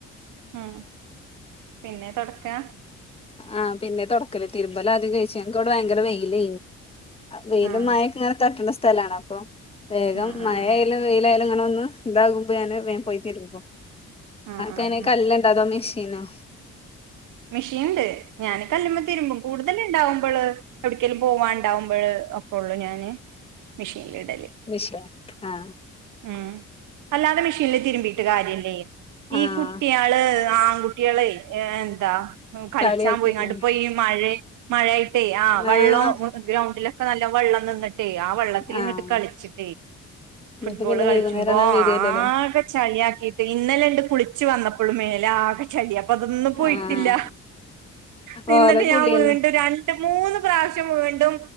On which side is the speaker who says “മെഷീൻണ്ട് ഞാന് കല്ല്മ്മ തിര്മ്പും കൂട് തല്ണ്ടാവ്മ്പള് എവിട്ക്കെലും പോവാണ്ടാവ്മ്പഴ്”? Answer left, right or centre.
Right